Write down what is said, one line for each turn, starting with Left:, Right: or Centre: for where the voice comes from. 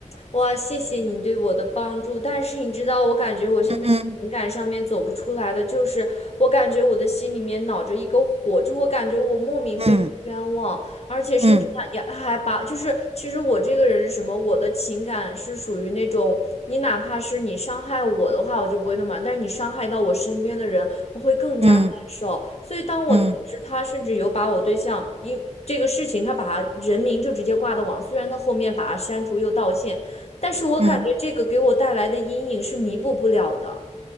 Left: 哇，谢谢你对我的帮助，但是你知道，我感觉我现在情感上面走不出来的，
Right: 嗯
Left: 就是我感觉我的心里面恼着一个火，就我感觉我莫名被人冤枉，
Right: 嗯
Left: 而且甚至他你还把，
Right: 嗯
Left: 就是其实我这个人是什么，我的情感是属于那种，你哪怕是你伤害我的话，我就不会那么，但是你伤害到我身边的人，我会更加难受。
Right: 嗯
Left: 所以当我得知他甚至有把我对象因这个事情，
Right: 嗯嗯
Left: 他把他人名就直接挂到网，虽然他后面把他删除又道歉。但是我感觉这个给我带来的阴影是弥补不了的。
Right: 嗯。